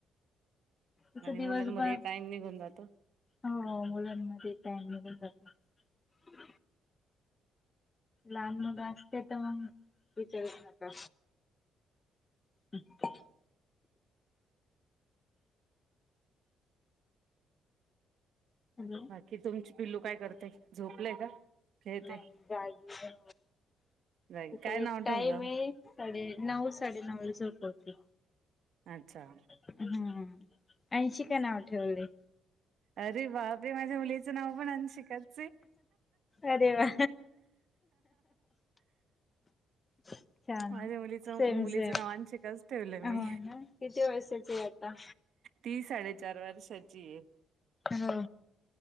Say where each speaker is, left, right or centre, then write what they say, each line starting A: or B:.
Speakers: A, on the left; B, on the right.
A: तस
B: आणि
A: दिवसभर
B: मुलांमध्ये टाइम निघून जातो.
A: हो मुलांमध्ये टाईम लवकर जातो. लहान मुलं असते तर मग विचारूच नका. ह् <unintelligible> हम् <unintelligible>
B: कि तुमची पिल्लू काय करतेय झोपलंय का? खेळते
A: नाही जागीण
B: जाई
A: त्याचा
B: काय नाव
A: एक
B: ठेवलं?
A: टाइम आहे <unintelligible> साडे नव साडे नऊला झोपवते.
B: अच्छा.
A: हम्म ऐंशीकाय नाव ठेवले.
B: अरे बाप रे माझ्या मुलीचं नाव पण आंशीकाच.
A: अरे वा! छान
B: माझ्या मुलीचं
A: सेम
B: मुलीचं
A: सेम
B: नाव अंशिकाच ठेवलं मी.
A: हो ना किती वर्षाची आहे आता?
B: ती साडेचार वर्षाची हाय.
A: हौ